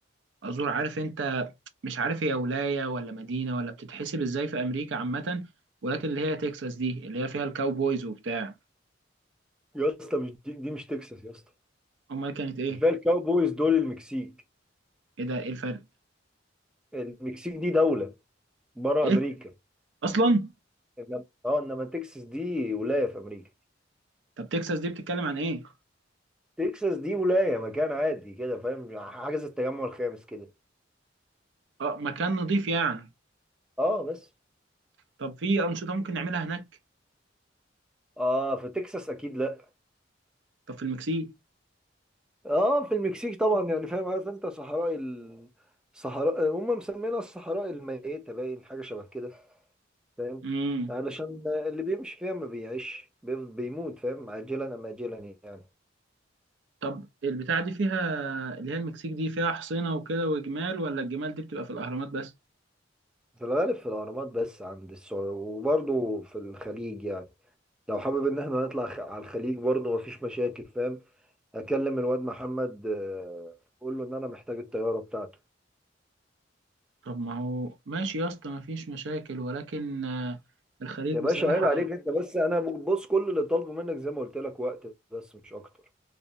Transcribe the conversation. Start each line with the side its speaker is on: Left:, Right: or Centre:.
Right: ازور عارف انت مش عارف هي ولايه ولا مدينه ولا بتتحسب ازاي في امريكا عامه ولكن اللي هي تكساس دي اللي هي فيها الكاوبويز وبتاع
Centre: يا اسطى مش دي, دي مش تكساس يا اسطى
Right: امال كانت ايه
Centre: كفايه الكاوبويز دول المكسيك
Right: ايه ده ايه الفرق
Centre: المكسيك دي دوله بره
Right: ايه
Centre: امريكا
Right: اصلا
Centre: إنما- اه انما تكساس دي ولايه في امريكا
Right: طب تكساس دي بتتكلم عن ايه
Centre: تكساس دي ولايه مكان عادي كده فاهم حاجه زي التجمع الخامس كده
Right: اه مكان نضيف يعني
Centre: اه بس
Right: طب في انشطه ممكن نعملها هناك
Centre: اه في تكساس اكيد لا
Right: طب في المكسيك
Centre: اه في المكسيك طبعا يعني فاهم عارف انت صحراء ال... صحراء هم مسمينها الصحراء الميته باين حاجه شبه كده فاهم
Right: امم
Centre: علشان اللي بيمشي فيها ما بيعيش بي- بيموت فاهم عاجلا ام اجلا يعني
Right: طب البتاعه دي فيها اللي هي المكسيك دي فيها حصينه وكده وجمال ولا الجمال دي بتبقى في الاهرامات بس
Centre: في الغالب في الاهرامات بس عند السعوديه وبرضه في الخليج يعني لو حابب ان احنا نطلع خ- على الخليج برضه مفيش مشاكل فاهم اكلم الواد محمد آه، اقول له ان انا محتاج الطياره بتاعته
Right: طب ما هو ماشي يا اسطى مفيش مشاكل ولكن آه، الخليج
Centre: يا باشا
Right: بصراحه
Centre: عيب عليك انت بس انا بص كل اللي طالبه منك زي ما قلت لك وقت بس مش اكتر